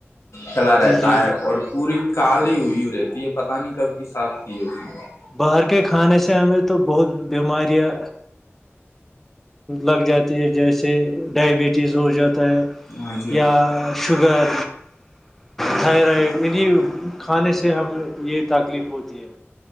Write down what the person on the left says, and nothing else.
کھلا رہتا
ہے اور پوری کالی ہوئی رہتی ہے پتہ نہیں کب کی صاف کی ہے اس نے
ہاں جی